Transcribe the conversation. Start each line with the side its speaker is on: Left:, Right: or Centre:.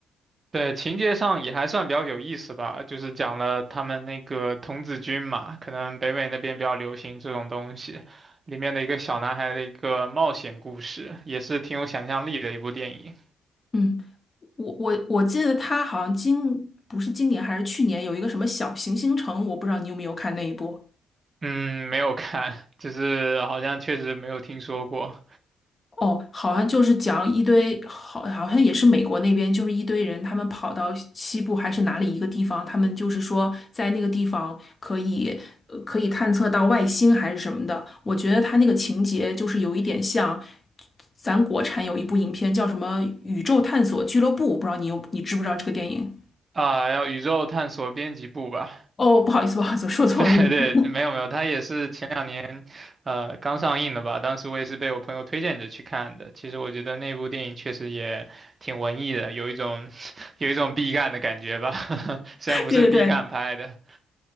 Right: 对，情节上也还算比较有意思吧，就是讲了他们那个童子军嘛，可能北美那边比较流行这种东西，里面的一个小男孩的一个冒险故事，也是挺有想象力的一部电影。
Left: 嗯。我我我记得他好像今不是今年还是去年有一个什么小行星城，我不知道你有没有看那一部。
Right: 嗯，没有看，就是好像确实没有听说过
Left: 哦，好像就是讲一堆，好，好像也是美国那边，就是一堆人，他们跑到西西部还是哪里一个地方，他们就是说在那个地方可以，呃，可以探测到外星还是什么的。我觉得他那个情节就是有一点像咱国产有一部影片叫什么《宇宙探索俱乐部》，我不知道你有你知不知道这个电影？
Right: 啊，然后宇宙探索编辑部吧，
Left: 哦，不好意思，不好意思，我说错了那个
Right: <laughs> 对对，
Left: <laughs>
Right: 没有没有，它也是前两年，呃，刚上映的吧。当时我也是被我朋友推荐着去看的。其实我觉得那部电影确实也挺文艺的，有一种 <laughs> 有一种毕赣的感觉吧，<laughs> 虽然不是毕赣拍的。
Left: 对对对，